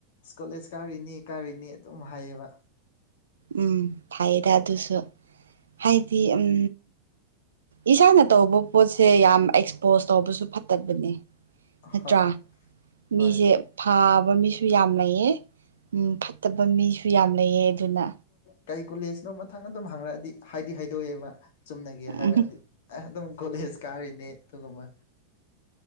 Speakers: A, on the left; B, on the right.
A: ꯀꯣꯂꯦꯖ ꯀꯥꯔꯤꯅꯤ ꯀꯥꯔꯤꯅꯤ ꯑꯗꯨꯝ ꯍꯥꯏꯌꯦꯕ
B: ꯎꯝ ꯐꯩꯌꯦꯗ ꯑꯗꯨꯁꯨ ꯍꯥꯏꯗꯤ ꯎꯝ ꯏꯁꯥꯅ ꯇꯧꯕ ꯄꯣꯠꯁꯦ ꯌꯥꯝ ꯑꯦꯛꯁꯄꯣꯖ ꯇꯧꯕꯁꯨ ꯐꯠꯇꯕꯅꯦ ꯅꯠꯇ꯭ꯔꯥ
A: ꯍꯣꯏ ꯍꯣꯏ
B: ꯃꯤꯁꯦ ꯐꯥꯕ ꯃꯤꯁꯨ ꯌꯥꯝ ꯂꯩꯌꯦ ꯐꯠꯇꯕ ꯃꯤꯁꯨ ꯌꯥꯝ ꯂꯩꯑ ꯑꯗꯨꯅ
A: ꯀꯔꯤ ꯀꯨꯂꯦꯖꯅꯣ ꯃꯊꯪ ꯑꯗꯨꯝ ꯍꯥꯡꯉꯛꯑꯗꯤ ꯍꯥꯏꯗꯤ ꯍꯥꯏꯗꯣꯛꯑꯦꯕ ꯆꯨꯝꯅꯒꯦ ꯍꯥꯏꯔꯛꯑꯗꯤ
B: ꯎꯝ
A: ꯑꯩ ꯑꯗꯨꯝ ꯀꯣꯂꯦꯖ ꯀꯥꯔꯤꯅꯤ ꯑꯗꯨꯒꯨꯝꯕ